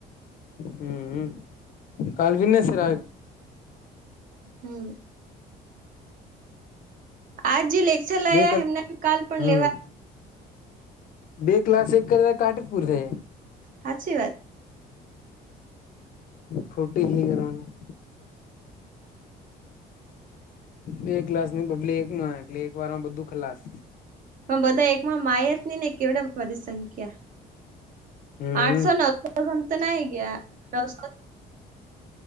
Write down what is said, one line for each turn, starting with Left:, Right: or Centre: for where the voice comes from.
Left: હમ કાલ વીનય સર
Right: હમ. આજ જે લેક્ચર લાયા
Left: બે કલ
Right: એમના કાલ પણ
Left: હમ
Right: લેવા
Left: બે ક્લાસ એક કરે કાઠતપુરસે
Right: હાચી વાત.
Left: ખોટી હું કર <unintelligible> બે ક્લાસ ન બદલે એકમાં એટલે એક વાર માં બધું ખલાસ.
Right: પણ બધા એકમાં માયત ની ને કેવડ બધી સંખ્યા.
Left: હમ
Right: આઠસો નવસો ગમ તો ના ગયા નવસો